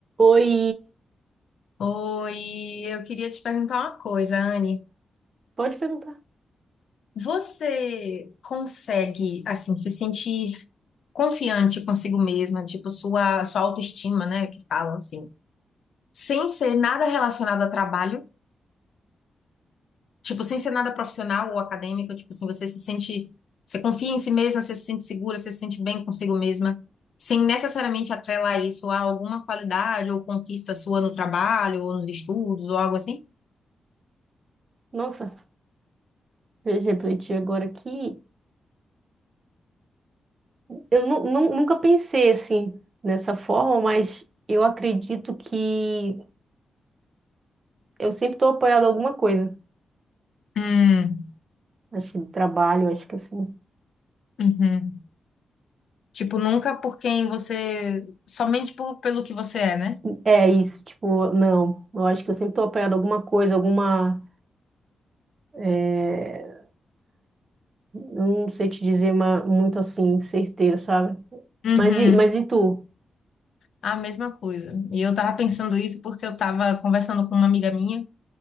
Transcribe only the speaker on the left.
Oi, eu queria te perguntar uma coisa, Anne.
Você consegue, assim, se sentir confiante consigo mesma, tipo, sua, sua autoestima, né, que falam assim, sem ser nada relacionado a trabalho, tipo, sem ser nada profissional ou acadêmico, tipo assim, você se sente, você confia em si mesma, você se sente segura, você se sente bem consigo mesma, sem necessariamente atrelar isso a alguma qualidade ou conquista sua no trabalho ou nos estudos ou algo assim?
Hum,
uhum. Tipo, nunca por quem você. Somente por, pelo que você é, né?
Uhum.
A mesma coisa. E eu tava pensando isso porque eu tava conversando com uma amiga minha